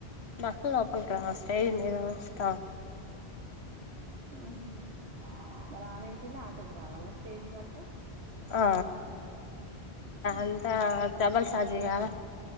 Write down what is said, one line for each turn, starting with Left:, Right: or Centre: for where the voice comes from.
Left: బస్సు లోపలికి రావు స్టేషన్ మీద వస్త
Right: ఉమ్ హమ్ మరి ఆడ నుంచి వెళ్ళి ఆటోకు రావాలా స్టేజీ వరకు
Left: ఆ
Right: ఉమ్.
Left: ఎంత డబల్ చార్జీ ఇవ్వాళ్ళ